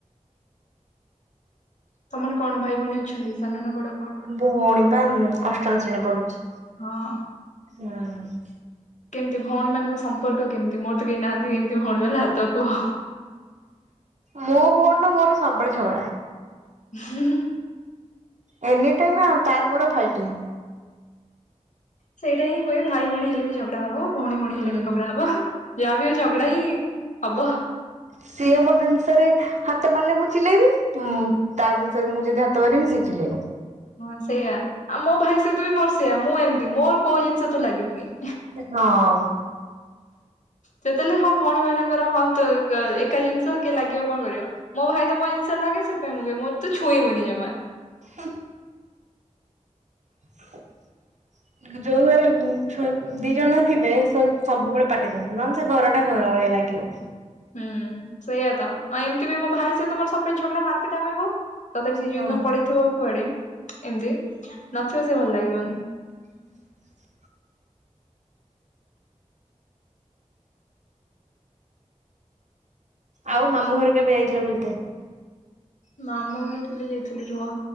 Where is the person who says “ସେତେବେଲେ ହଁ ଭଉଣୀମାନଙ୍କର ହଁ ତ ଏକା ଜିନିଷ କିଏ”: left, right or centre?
Left